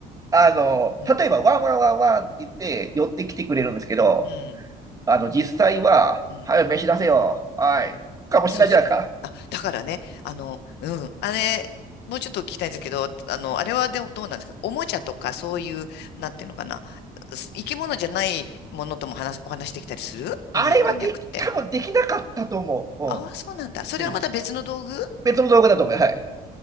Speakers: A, on the right (about 20°); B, on the left (about 80°).
A: あの、
B: うん。
A: 例えば、ワンワンワンワンって言って寄ってきてくれるんですけど、
B: うん。うん。
A: あの、実際は、
B: うん
A: はい、飯出せよ。はい。かもしれないじゃないですか。
B: そうそう。あ、だからね、あの、うん、あれ、もうちょっと聞きたいんですけど、あの、あれはでもどうなんですかおもちゃとかそういう、なんていうのかな、す生き物じゃないものとも話、お話できたりするこにゃくこんにゃくって。
A: あれはでき、多分できなかったと思う。う
B: ああ、そうなんだ。それはまた別の道具
A: ん。うん、別の道具だと思う。はい。